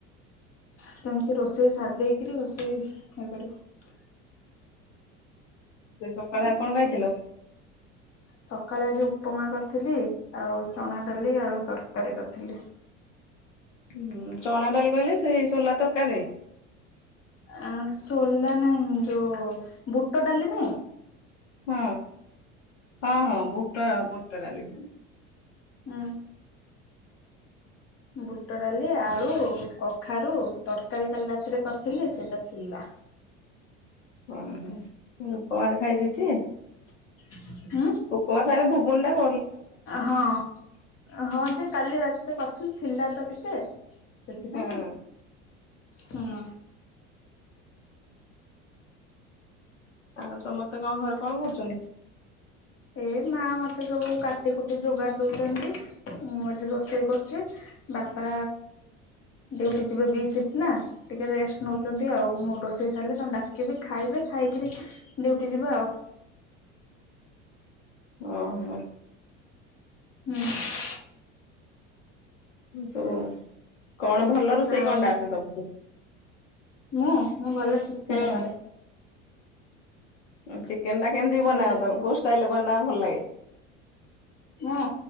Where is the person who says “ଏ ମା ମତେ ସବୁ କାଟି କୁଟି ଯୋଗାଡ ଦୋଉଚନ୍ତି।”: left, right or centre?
Left